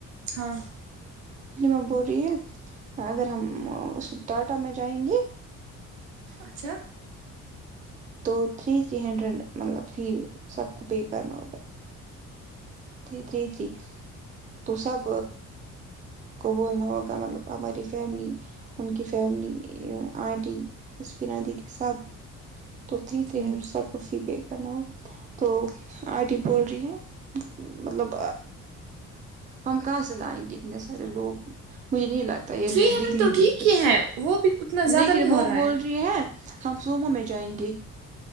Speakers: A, on the right; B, on the right.
A: ہاں
B: حلیمہ بول رہی ہے اگر ہم اس ٹاٹا میں جائیں گے
A: اچھا
B: تو تھری تھری ہنڈریڈ مطلب فی سب کو پے کرنا ہوگا تھری تھری تھری تو سب کو بولنا ہوگا کا مطلب ہماری فیملی ان کی فیملی آنٹی اسفینا دیدی سب تو تھری تھری
A: ٹھیک
B: ہنڈریڈ سب کو فی پے کرنا ہو تو آنٹی بول رہی ہے مطلب ہم کہاں سے لائیں گے اتنے سارے لوگ مجھے نہیں لگتا تو یہ
A: تھری
B: لوگ
A: ہنڈریڈ
B: نکلیں
A: تو
B: گے
A: ٹھیک
B: پھر
A: ہی ہے وہ بھی اتنا زیادہ
B: لیکن
A: نہیں ہو
B: وہ
A: رہا
B: بول
A: ہے
B: رہی ہیں ہم صومو میں جائیں گے